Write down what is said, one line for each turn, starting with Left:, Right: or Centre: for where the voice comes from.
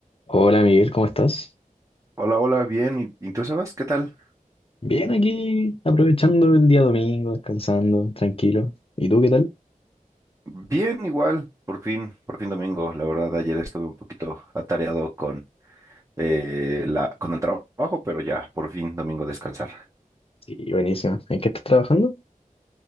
Left: Hola Miguel, ¿cómo estás?
Right: Hola, hola, bien. ¿Y y tú, Sebas? ¿Qué tal?
Left: Bien aquí, aprovechando el día domingo, descansando, tranquilo. ¿Y tú qué tal?
Right: Bien, igual. Por fin, por fin domingo. La verdad, ayer estuve un poquito atareado con, eh, la, con el trabajo, pero ya, por fin domingo descansar.
Left: Sí, buenísimo. ¿En qué estás trabajando?